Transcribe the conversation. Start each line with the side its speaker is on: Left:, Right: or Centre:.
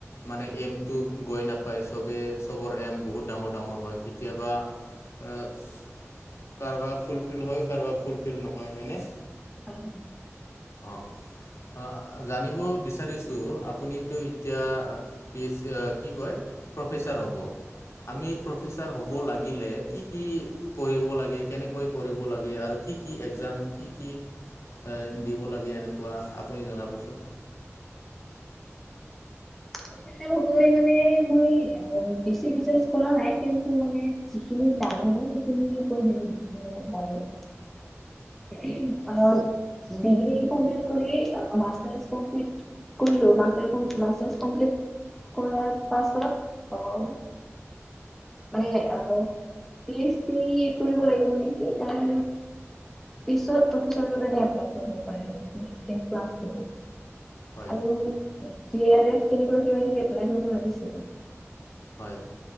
Left: মানে এমটো গৈ নাপায়, চবে চবৰ এম বহুত ডাঙৰ-ডাঙৰ হয়, কেতিয়াবা অ', কাৰোবাৰ ফুলফিল হয়, কাৰোবাৰ ফুলফিল নহয়, হয়নে?
Centre: হয়।
Left: অ', অ', জানিব বিচাৰি ছোঁ, আপুনিতো এতিয়া পিচ, কি কয়, প্ৰফেচাৰ হ'ব। আমি প্ৰফেচাৰ হ'ব লাগিলে, কি-কি পঢ়িব লাগে, কেনেকৈ পঢ়িব লাগে, আৰু কি-কি এক্সাম, কি-কি আ, দিব লাগে এনেকুৱা, আপুনি জনাবচোন।
Centre: প্ৰফেছাৰ হ'বলৈ মানে মই বেচি ৰিচাৰ কৰা নাই, কিন্তু মানে যিখিনি জানোঁ, সেইখিনি কৈ দিওঁ বাৰু। আ, ডিগ্ৰী কমপ্লিট কৰি, মাষ্টাৰ্ছ কমপ্লিট কৰিলোঁ, মাছ, মাষ্টাৰ্ছ কমপ্লিট কৰাৰ পাছত অ' মানে অ', পি এছ দি কৰিব লাগিব নেকি, তাৰ পিছত, প্ৰফেছাৰ কাৰণে এপ্লাই কৰিব পাৰে নেকি, তেনেকুৱা আছিল।
Left: হয়
Centre: আৰু <unintelligible> তেনেকুৱা কিবা-কিবি এপ্লাই কৰিব লাগিছিল।
Left: হয়।